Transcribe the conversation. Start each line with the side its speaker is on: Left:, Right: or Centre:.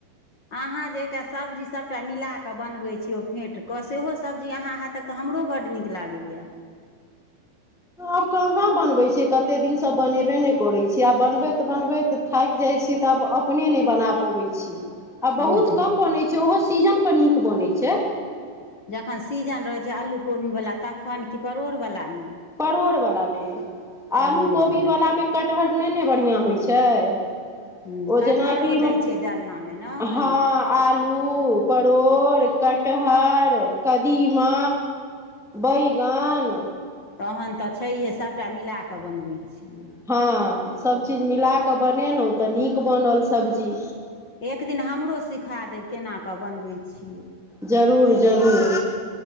Left: अहाँ जे एकटा सब्जी सभटा मिलाके बनबैय छीयै ओ फेंट क सेहो सब्जी अहाँ हाथक तऽ हमरो बड्ड नीक लागैएऽ।
Centre: आब कहाँ बनबै छियै। कत्ते दिनसँ बनेबे नै करै छियै आब बनबैत -बनबैत थाइक जाइ छितऽ आब अपने नैऽ बना पबैत छी। आब बहुत
Left: बुझियौ
Centre: कम बनै छै, ओहो सीजन पर नीक बनै छै।
Left: जखन सीजन रहै छै आलू कोबी वला तख्खन कि परोर वलामें?
Centre: परोर वला में। आलू
Left: परोड़ेवला
Centre: कोबी वलामे कटहर नै ने बढ़िआँ होइ छै।
Left: हुं-
Centre: ओ
Left: ‌कटहरो
Centre: जेनाकि म
Left: दै छै डालनामे नै?
Centre: हँ आलू, परोर, कटहर, कदीमा बैऽगन
Left: तहन त छैहे, सबटा मिलाक बनबै छियै।
Centre: हँ। सभ चीज मिला क बनेलौं त नीक बनल सब्जी।
Left: एक दिन हमरो सिखा देब केना क बनबै छियै।
Centre: जरूर -जरूर।